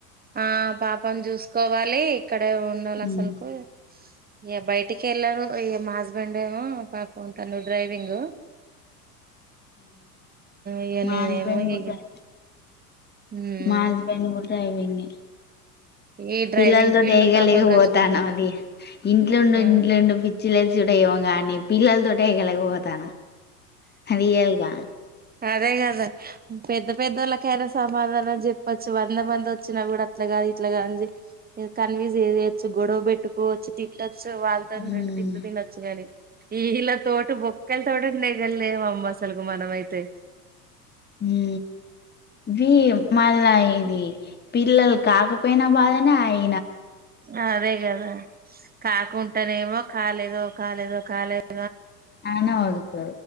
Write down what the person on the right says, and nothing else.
ఆ పాపను చూసుకోవాలి ఇక్కడ ఉండాలి అసలుకో
ఇగ బయటికి ఎల ఈ మా హస్బెండ్ ఏమో పాపం తను డ్రైవింగ్ ఇగ
నేనేమో
ఇగ
ఉమ్
ఈ డ్రైవింగ్
ఫీల్డ్
పాపం
కష్టం
ఉమ్
అదే పెద్ద పెద్దవాళ్ళకైనా సమాధానం చెప్పచ్చు వంద మంది వచ్చినా కూడా అట్లా కాదు ఇట్లా కాని కన్వీజ్ చేయొచ్చు గొడవ పెట్టుకోచ్చు తిట్టచ్చు సో వాళ్ళతోని
రెండు తిట్లు తినొచ్చగానీ <unintelligible> తోట బొక్కల తోట ఉండేగ <unintelligible> అసలుకు మనమైతే
అదే కదా కాకుంటానే ఏమో కాలేదో కాలేదు కాలేదు